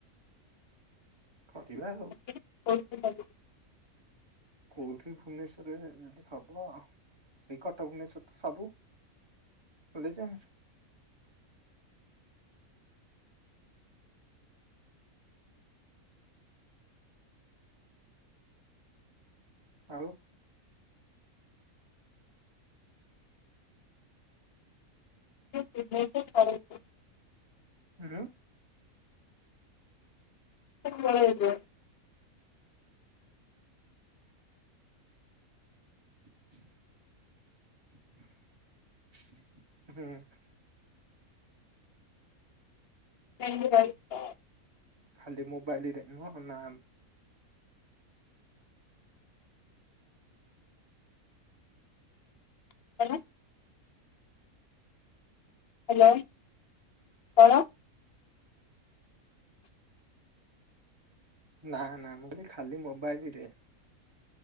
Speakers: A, on the right; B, on the left.
A: କରିବା ଆଉ।
B: <unintelligible>
A: କୋଉଠି ଭୁବନେଶ୍ଵରରେ ଯଦି ହବ ସେଇ କଟକ ଭୁବନେଶ୍ଵର ତ ସବୁ। କଲେଜେ। ଆଉ।
B: <unintelligible> କରେଇଚି।
A: ଉଁ ହୁଁ।
B: ସେ ପଳେଇବେ।
A: ହୁଁ।
B: <unintelligible>
A: ଖାଲି ମୋବାଇଲ୍ ରେ ନୁହଁ ନା
B: କଣ। ହ୍ୟାଲୋ କଣ।
A: ନା ନା ମୁଁ କଇଲି ଖାଲି ମୋବାଇଲ୍ ରେ।